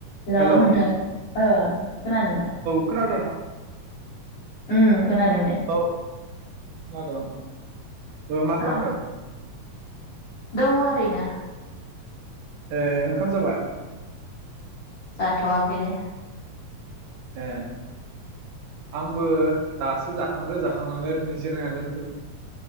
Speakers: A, on the left (about 75°); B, on the right (about 80°).
A: Hello
B: hello औ
A: नोंथां औ खोनादों दा
B: खोनादोंना
A: उम खोनादों दे
B: औ जादों ओ मा खालामदों?
A: अ दङ ओरैनो।
B: ए ओंखाम जाबाय?
A: जाथवाखै दे।
B: ए आंबो दासो जाखांदो जाखांनानै निजिरायना दोंथयो।